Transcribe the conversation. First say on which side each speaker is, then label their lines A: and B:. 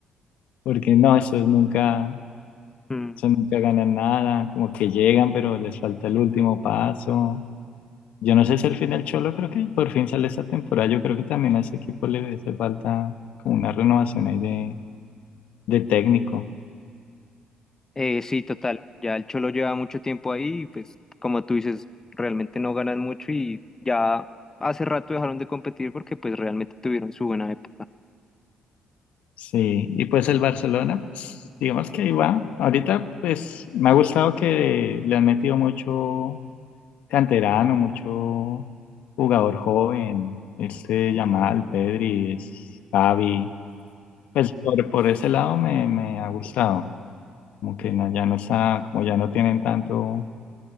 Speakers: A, on the left (about 75°); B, on the left (about 25°).
A: porque no, esos nunca,
B: Mm.
A: esos nunca ganan nada, como que llegan, pero les falta el último paso. Yo no sé si al final Cholo creo que por fin sale esta temporada, yo creo que también a ese equipo le hace falta como una renovación ahí de, de técnico.
B: Eh, sí, total. Ya el Cholo lleva mucho tiempo ahí y pues como tú dices, realmente no ganan mucho y ya hace rato dejaron de competir porque pues realmente tuvieron su buena época.
A: Sí, y pues el Barcelona, pues, digamos que ahí va. Ahorita, pues me ha gustado que le han metido mucho canterano, mucho jugador joven, este Yamal, Pedri, es- Gavi. Pues por, por ese lado me, me ha gustado. Como que no- ya no está, como ya no tienen tanto